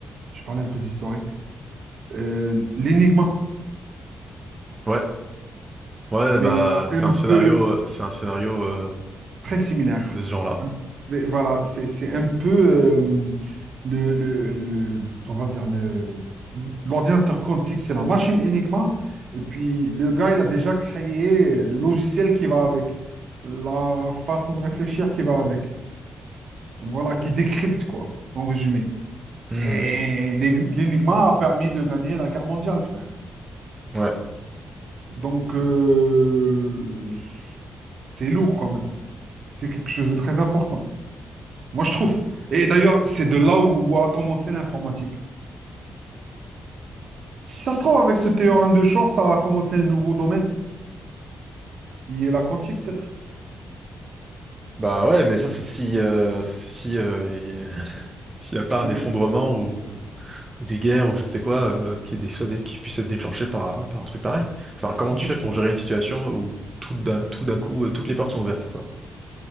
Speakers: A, on the right (about 55°); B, on the right (about 20°).
A: je parlais un peu d'historique. Euh, l'Enigma,
B: Ouais. Ouais,
A: c'est
B: bah, c'est
A: un
B: un scénario,
A: peu
B: c'est un scénario euh,
A: Très similaire.
B: de ce genre-là.
A: Un- mais Voilà, c'est c'est un peu euh, le, le- le- on va dire le l'ordinateur quantique, c'est la machine Enigma, et puis le gars, il a déjà créé le logiciel qui va avec, la façon de réfléchir qui va avec. Donc voilà, qui décrypte quoi, en résumé.
B: Hmm.
A: Et l'E- l'Enigma a permis de gagner la guerre mondiale, frère.
B: Ouais.
A: Donc euh, c'est lourd quand même. C'est quelque chose de très important. Moi, je trouve. Et d'ailleurs, c'est de là où a commencé l'informatique. Si ça se trouve, avec ce théorème de Shor, ça va commencer un nouveau domaine. Il est la quantique, peut-être.
B: Bah ouais, mais ça c'est si euh, ça c'est si euh, il- <laughs> s'il n'y a pas un
A: Ouais.
B: effondrement ou, ou ou des guerres ou je ne sais quoi euh, qui est dé- soit dé- qui puisse être déclenché par par un truc pareil. Enfin, comment
A: Oui.
B: tu fais
A: je-
B: pour gérer une situation où tout d'un tout d'un coup euh, toutes les portes sont ouvertes quoi.